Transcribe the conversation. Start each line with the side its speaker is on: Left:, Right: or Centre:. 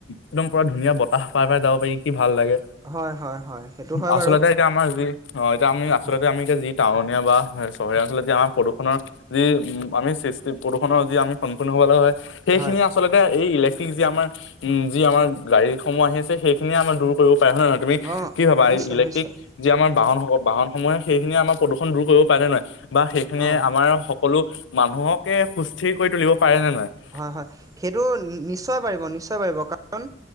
Left: একদম পুৰা ধুনীয়া বতাহ পাই পাই যাব- কই কি ভাল লাগে।
Right: হয় হয় হয় সেইটো হয়
Left: আচলতে
Right: বাৰু।
Left: এতিয়া আমাৰ যি অ এতিয়া আমি আচলতে
Right: উম
Left: আমি এতিয়া যি টাউনীয়া বা চহৰীয়া অঞ্চলত যি আমাৰ প্ৰদূষণৰ- যি উম আমি সৃষ্টি প্ৰদূষণৰ যি আমি সন্মুখীন হবলৈ হয়। সেইখিনি
Right: হয়
Left: আচলতে এই ইলেক্ট্ৰিক যি আমাৰ উম যি আমাৰ গাড়ীসমূহ আহি আছে সেই- খিনি আমাৰ দূৰ কৰিব পাৰে হয় নে নহয়, তুমি
Right: অঁ
Left: কি ভাবা,
Right: নিশ্চয়
Left: এই ইলেকট্ৰিক-
Right: নিশ্চয়
Left: যি আমাৰ বাহন বাহনসমূহে সেইখিনিয়ে আমাৰ প্ৰদূষণ দূৰ কৰিব পাৰে নে নোৱাৰে বা সেইখিনিয়ে
Right: অঁ
Left: আমাৰ স সকলো মানুহকে সুস্থিৰ কৰি তুলিব পাৰে নে নোৱাৰে?
Right: হয়, হয়। সেইটো নিশ্চয় পাৰিব, নিশ্চয় পাৰিব, কাৰণ